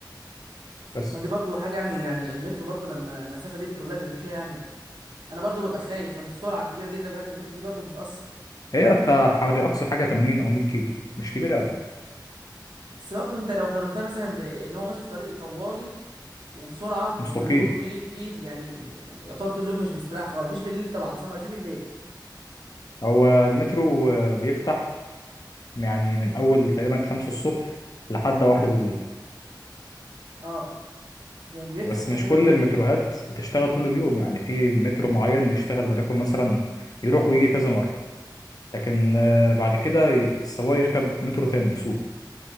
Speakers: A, on the left; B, on the right.
A: بس
B: ما دي برضو حاجه يعني يعني المترو برضو لما المسافه دي كلها بيمشيها يعني انا برضو ببقى خايف فمن السرعه الكبيره جدا بتاعت المترو دي برضو بتاثر
A: هي بتاع حوالي اقصى حاجه 80 او 100 كيلو مش كبيره قوي
B: بس برضه انت لو قارنتها مثلا بان هو ماشي في طريق طوالي وبسرعه
A: مستقيم
B: وبيروح ويجي كتير يعني ب- يعتبر طول اليوم مش بيستريح خالص مفيش بالليل طبعا صح ولا في بالليل
A: هو المترو آه، بيفتح يعني من اول تقريبا 5 الصبح لحد واحدة بالليل
B: اه يعني بيفتح
A: بس
B: في فتره
A: مش كل
B: كبيره
A: المتروهات
B: جدا
A: بتشتغل طول اليوم يعني في مترو معين بيشتغل وليكن مثلا يروح ويجي كذا مرة لكن آه، بعد كده ي- السواق يركب مترو تاني يسوق